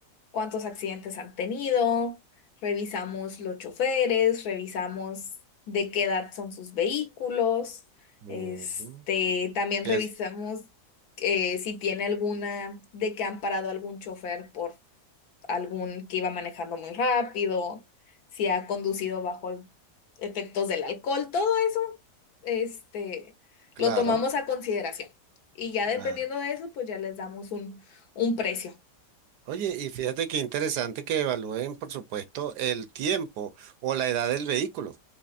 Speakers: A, on the left; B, on the right.
A: cuántos accidentes han tenido, revisamos los choferes, revisamos de qué edad son sus vehículos,
B: Ujú.
A: este, también
B: Yes,
A: revisamos eh, si tiene alguna, de que han parado algún chofer por algún que iba manejando muy rápido, si ha conducido bajo el- efectos del alcohol, todo eso, este,
B: claro,
A: lo tomamos a consideración. Y ya
B: claro.
A: dependiendo de eso, pues ya les damos un, un precio.
B: Oye, y fíjate qué interesante que evalúen, por supuesto, el tiempo o la edad del vehículo,